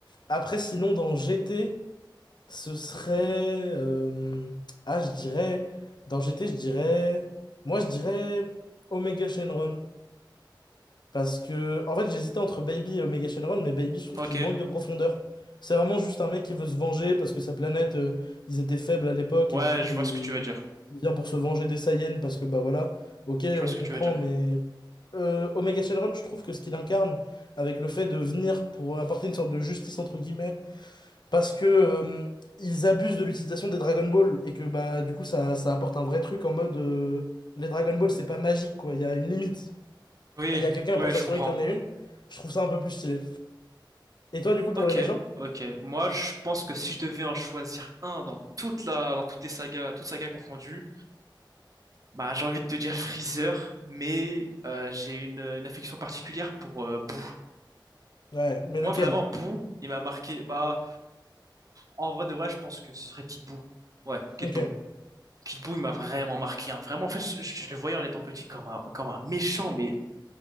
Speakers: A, on the left; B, on the right.
A: après, sinon, dans GT, ce serait. euh, ah, je dirais. Dans GT, je dirais. Moi, je dirais Omega Shenron. Parce que, en fait, j'hésitais entre Baby et Omega Shenron, mais Baby, je trouve
B: OK.
A: qu'il manque de profondeur. C'est vraiment juste un mec qui veut se venger parce que sa planète, euh, ils étaient faibles à l'époque
B: Ouais,
A: et du coup,
B: je
A: il...
B: vois ce que tu veux dire.
A: il vient pour se venger des Saiyans parce que, bah voilà, ok,
B: Je vois
A: on
B: ce
A: comprend,
B: que tu veux dire.
A: mais euh, Omega Shenron, je trouve que ce qu'il incarne, avec le fait de venir pour apporter une sorte de justice, entre guillemets, parce que euh, ils abusent de l'utilisation des Dragon Ball et que, bah, du coup, ça, ça apporte un vrai truc en mode euh, les Dragon Ball, c'est pas magique, quoi, il y a une limite
B: Oui,
A: et il y a quelqu'un
B: ouais,
A: pour s'assurer
B: je comprends.
A: qu'il y en ait une, je trouve ça un peu plus stylé. Et toi, du coup, pour
B: OK.
A: les méchants?
B: OK. Moi, je pense que si je devais en choisir un dans toute la dans toutes les sagas, toutes sagas confondues, bah j'ai envie de te dire Freezer, mais euh, j'ai une, une affection particulière pour euh, Boo.
A: Ouais, mais
B: Moi,
A: lequel?
B: vraiment, Boo, il m'a marqué. Bah, en vrai de vrai, je pense que ce serait Kid Boo. Ouais, Kid
A: ok
B: Boo.
A: Ouais,
B: Kid Boo, il m'a vraiment marqué. hein. Vraiment, en fait, je, je le voyais en étant petit comme un, comme un méchant, mais,